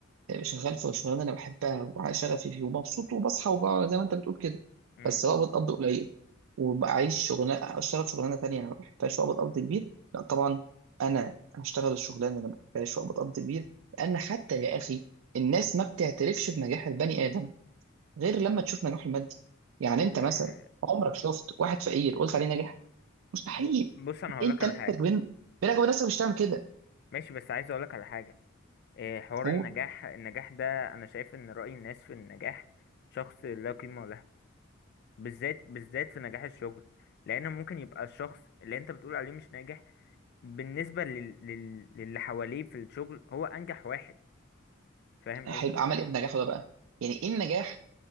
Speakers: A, on the right; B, on the left.
A: مش هشتغل في شغلانه انا بحبها وشغفي فيه ومبسوط وبصحى وبقى زي ما انت بتقول كده
B: امم
A: بس بقى بتقبض قليل وبعيش شغلانه اشتغل شغلانه تانية انا ما بحبهاش وأقبض قبض كبير لا طبعا انا هشتغل الشغلانه اللي انا ما بحبهاش وأقبض قبض كبير لان حتى يا اخي الناس ما بتعترفش بنجاح البني ادم غير لما تشوف نجاحه المادي يعني انت
B: آه،
A: مثلا
B: آه،
A: عمرك شفت واحد فقير قلت عليه ناجح مستحيل
B: ب- بص انا هقولك
A: انت
B: على
A: نفسك
B: حاجه
A: بين بينك وبين نفسك مش هتعمل كده
B: ماشي بس عايز اقولك على حاجه آه، حوار
A: هو
B: النجاح النجاح ده انا شايف ان رأي الناس في النجاح شخص لا قيمة له بالذات بالذات في نجاح الشغل لان ممكن يبقى الشخص اللي انت بتقول عليه مش ناجح بالنسبه لل... لل... للي حواليه في الشغل هو انجح واحد فاهم
A: هيبقى
B: قصدي
A: عمل ايه بنجاحه ده بقى يعني ايه النجاح